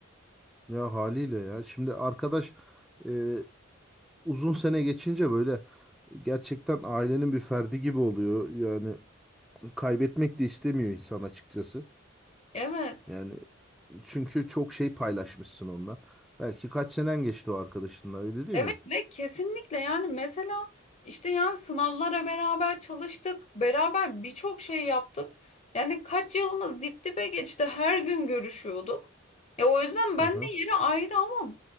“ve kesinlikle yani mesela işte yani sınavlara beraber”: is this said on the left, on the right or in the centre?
Left